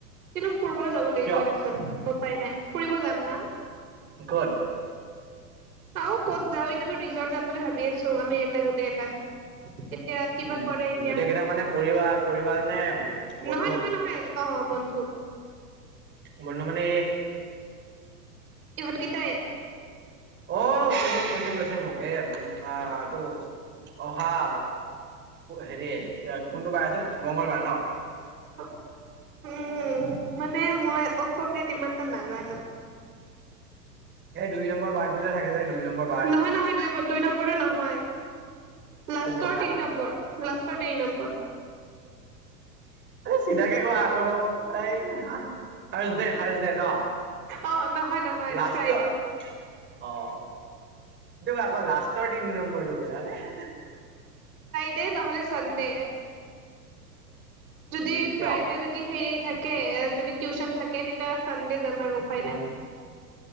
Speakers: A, on the right (about 60°); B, on the right (about 20°).
A: কিন্তু ফূৰবলৈ যাব লাগিব
B: কিয়
A: দেচোন উপায় নাই। ফুৰিব যাম না।
B: ক'ত
A: চাও ক'ত যাও, এতিয়াতো ৰিজৰ্ট যাম বুলি ভাবি আছো, আমিকেটা গোটেকেটা। এতিয়া কিবা
B: উম
A: কৰে এতিয়া
B: গোটেই
A: নহয়,
B: কেইটা মানে পৰিবাৰ পৰিবাৰ নে বন্ধু
A: নহয়, নহয় অ' বন্ধু।
B: বন্ধু মানে
A: ইহঁত গিতাই।
B: অ' কৈছে, কৈছে, কৈছে মোক এ উ আহ। টো অহা হেৰি এ কোনটো বাৰ আছিল। মঙলবাৰ ন'।
A: <inaudible> উম, মানে মই অসমীয়াত ইমানটা নাজানো।
B: এই দুই নম্বৰ বাৰটো যে থাকে যে দুই নম্বৰ বাৰ
A: নহয়, নহয় দু-দুই নম্বৰে নহয়। লাষ্টৰ
B: কোনটো সাত
A: তিনি নম্বৰ লাষ্টৰ তিনি নম্বৰ
B: চিধাকে কোৱা আকৌ এই থাৰছডে, থাৰছডে ন
A: অ নহয় নহয়
B: লাষ্ট
A: ফ্ৰাইডে
B: ট অ'। আকৌ লাষ্টৰ তিনি নম্বৰটো বলে আৰে-আৰে।
A: এ নহ'লে চানডে যুদি
B: উম কিয়
A: ফ্ৰাইডে যুদি সেই থাকে <unintelligible> টিউচন থাকে তেতিয়া চানডে যাম আৰু উপায় নাই।